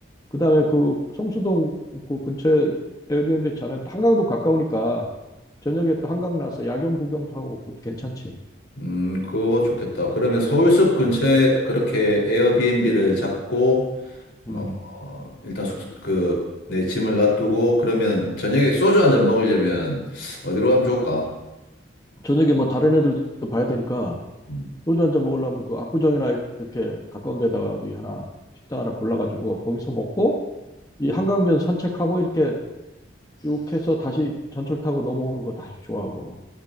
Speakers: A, on the left; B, on the left.
A: 그다음에 그 성수동 그 근처에 에어비앤비 자면 또 한강도 가까우니까 저녁에 또 한강 나서 야경 구경도 하고 그것도 괜찮지.
B: 음, 그거 좋겠다. 그러면 서울숲 근처에
A: 응.
B: 그렇게 에어비앤비를 잡고,
A: 음.
B: 어, 일단 숙소, 그, 내 짐을 놔두고, 그러면 저녁에 소주 한 잔 먹으려면 어디로 가면 좋을까?
A: 저녁에 뭐 다른 애들도 봐야 되니까
B: 음.
A: 소주 한 잔 먹으려면 그 압구정이나 이렇게 가까운 데다가 어디 하나 식당 하나 골라가지고 거기서 먹고 이 한강변 산책하고 이렇게 쭉 해서 다시 전철 타고 넘어오는 거 다시 좋아하고